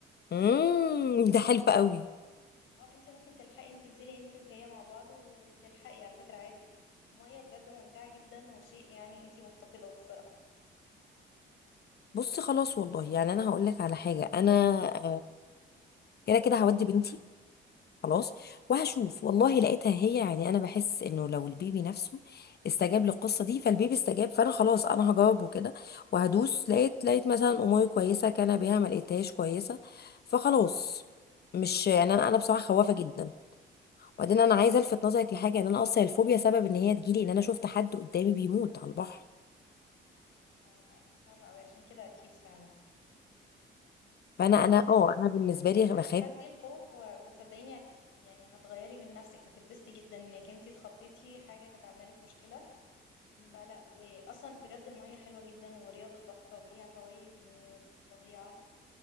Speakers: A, on the left; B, on the left.
A: امم ده حلو قوي
B: اه انت ممكن تلحقي انت تنزلي انت وهي مع بعض وتلحقي على فكرة عادي المية بجد ممتعة جدا وشيء يعني انت مفتقدة الصراحة
A: بصي خلاص والله يعني انا هقول لك على حاجه انا آه، كده كده هودي بنتي خلاص وهشوف والله لقيتها هي يعني انا بحس انه لو البيبي نفسه استجاب للقصه دي فالبيبي استجاب فانا خلاص انا هجاوبه كده وهدوس لقيت لقيت مثلا اموري كويسه كان بيها ما لقيتهاش كويسه فخلاص مش يعني انا انا بصراحه خوافه جدا وبعدين انا عايزه الفت نظرك لحاجه ان انا اصلا الفوبيا سبب ان هي تجيلي ان انا شفت حد قدامي بيموت على البحر
B: اه لا دي صعبة قوي عشان كده اكيد فعلا
A: فانا
B: بس
A: انا اه انا بالنسبه لي
B: لا
A: بخاف
B: اتحدي الخوف و- وصدقيني هت- يعني هتغيري من نفسك هتتبسطي جدا انك انت اتخطيتي حاجة كانت عاملة لك مشكلة فلا واصلا بجد المية حلوة جدا ورياضة تحفة وليها فوائد م- فظيعة